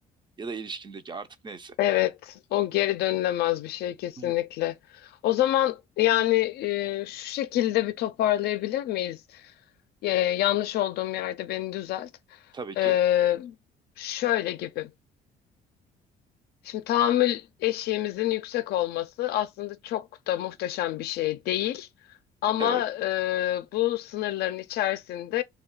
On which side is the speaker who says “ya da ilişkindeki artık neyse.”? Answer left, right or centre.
Right